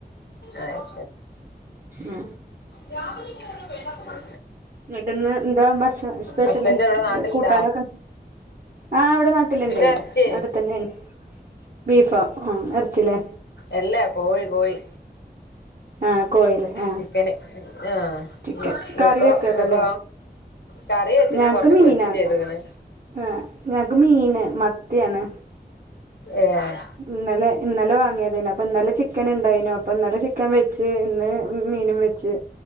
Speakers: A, on the left (about 85°); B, on the right (about 45°).
A: അഹ്
B: ത് ഉ
A: രാവിലെയേക്ക് പേടതത്പറ
B: എന്നിട്ട്ന്ന് എന്താ ഭക്ഷണം സ്പെഷ്യല
A: ഹസ്ബൻഡ് എവിടെ നാട്ടിലുണ്ടാ
B: കൂട്ടാനൊക്കെ ആ് അവിടെ നാട്ടിലുണ്ട്
A: ഇന്ന് ഇറച്ചിയേനി
B: നടുത്തന്നെ ബീഫോ ആ ഇറച്ചിലേ.
A: എല്ല കോഴി കോഴി
B: ആ കോഴില്ലേ ആ
A: ചിക്കന് ആ
B: ചിക്കൻ
A: നിങ്ങക്ക
B: കറി വെക്കക്കല്ലേ
A: നിങ്ങക്ക
B: <inaudible>
A: കറി വെച്ചിക്ണ്
B: ഞങ്ങക്ക്
A: കുറച്ച്
B: മീനാണ്
A: പൊരിച്ചും ചെയ്ത്ക്ണ്.
B: ആ ഞങ്ങക്ക് മീന് മത്തിയാണ്.
A: ഏഹ്
B: ഇന്നലെ ഇന്നലെ വാങ്ങിയതേ അപ്പൊ ഇന്നലെ ചിക്കൻ ഉണ്ടായിനു അപ്പൊ ഇന്നലെ ചിക്കൻ വെച്ച് ഇന്ന് മീനും വെച്ച്.